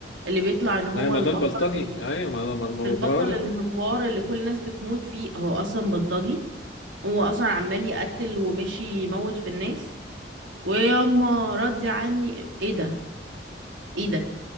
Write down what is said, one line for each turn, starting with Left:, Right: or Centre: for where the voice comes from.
Right: اللي بيطلع ان هو
Left: لا ما
Right: البطل
Left: ده البلطجي ايوه ما انا ما ما
Right: البطل
Left: بقول
Right: المجوار اللي كل الناس بتموت فيه هو اصلا بلطجي هو اصلا عمال يقتل وماشي يموت في الناس وياما ردي عني ايه ده ايه ده